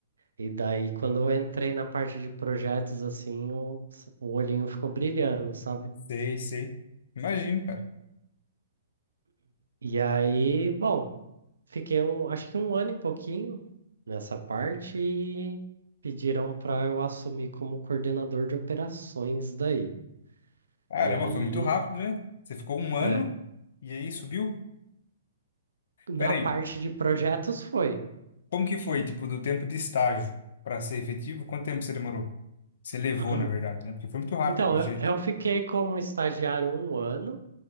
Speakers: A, on the right; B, on the left.
A: E daí, quando eu entrei na parte de projetos, assim, o, o olhinho ficou brilhando, sabe?
B: Sei, sei. Imagino, cara.
A: E aí, bom, fiquei um, acho que um ano e pouquinho nessa parte e pediram para eu assumir como coordenador de operações daí.
B: Caramba,
A: E aí,
B: foi muito rápido, né? Você ficou um ano
A: é,
B: e aí subiu.
A: na
B: Pera
A: parte
B: aí.
A: de projetos foi.
B: Como que foi, tipo, do tempo de estágio para ser efetivo? Quanto tempo você demorou? Você levou,
A: <clears throat>
B: na verdade, né? Porque foi muito rápido,
A: Então,
B: pelo
A: eu
B: jeito.
A: eu fiquei como estagiário um ano.